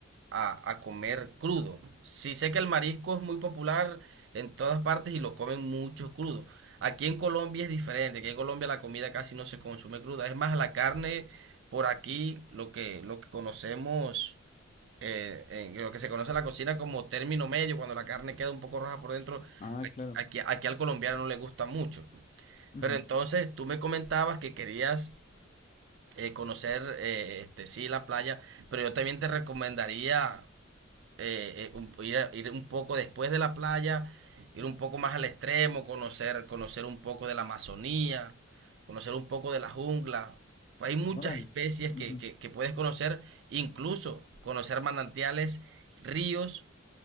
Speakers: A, on the right (about 60°); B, on the left (about 35°).
A: a, a comer crudo. Sí sé que el marisco es muy popular en todas partes y lo comen mucho crudo. Aquí en Colombia es diferente, aquí en Colombia la comida casi no se consume cruda. Es más, la carne por aquí, lo que, lo que conocemos, eh, eh, lo que se conoce en la cocina como término medio, cuando la carne queda un poco roja por dentro,
B: Ah,
A: aquí,
B: claro.
A: aquí- aquí al colombiano no le gusta mucho.
B: Ujú.
A: Pero entonces tú me comentabas que querías eh, conocer, eh, este, sí, la playa, pero yo también te recomendaría eh, eh, un- ir, a- ir un poco después de la playa, ir un poco más al extremo, conocer, conocer un poco de la Amazonía, conocer un poco de la jungla. Hay muchas
B: Órales.
A: especies
B: Ujú.
A: que, que- que puedes conocer, incluso conocer manantiales, ríos